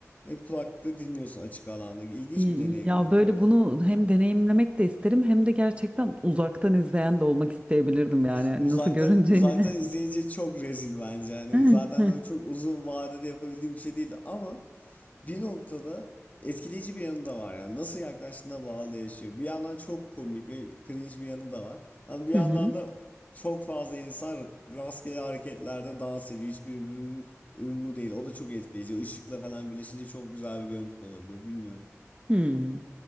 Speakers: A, on the left (about 30°); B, on the right (about 25°).
A: Ve kulaklıkla dinliyorsun açık alanda. İlginç
B: İyi,
A: bir
B: iyi.
A: deneyimdi
B: Ya böyle
A: böyle.
B: bunu hem deneyimlemek de isterim hem de gerçekten uzaktan izleyen de olmak isteyebilirdim
A: <laughs>
B: yani Hani
A: Uzaktan
B: nasıl görüneceğini.
A: uzaktan izleyince çok rezil bence. Yani
B: <laughs>
A: zaten
B: Hı
A: böyle çok uzun vadede yapabildiğim bir şey değildi ama bir noktada etkileyici bir yanı da var yani nasıl yaklaştığına bağlı yaşıyor. Bir yandan çok komik ve cringe bir yanı da var. Ama bir yandan
B: hı.
A: da çok fazla insan rastgele hareketlerde dans ediyor. Hiçbir birbirinin uyumlu değil. O da çok etkileyici. Işıkla falan birleşince çok güzel bir görüntü de olabiliyor. Bilmiyorum.
B: Hmm.